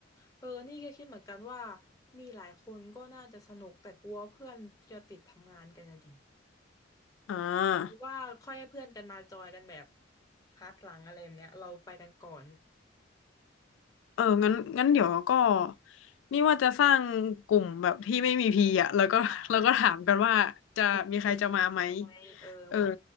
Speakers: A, on the left; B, on the left.
A: เออนี่ก็คิดเหมือนกันว่ามีหลายคนก็น่าจะสนุกแต่กลัวเพื่อนจะติดทำงานกันนะดิ
B: อ่า
A: หรือว่าค่อยให้เพื่อนกันมาจอยกันแบบพาร์ทหลังอะไรแบบเนี้ยเราไปกันก่อน
B: เอองั้นงั้นเดี๋ยวก็นี่ว่าจะสร้างกลุ่มแบบที่ไม่มีพีอ่ะแล้วก็
A: อ่าอ่า
B: <laughs> แล้วก็ถามกันว่าจะมีใครจะมาไหม
A: เออเออทำไมเออบอก
B: เออ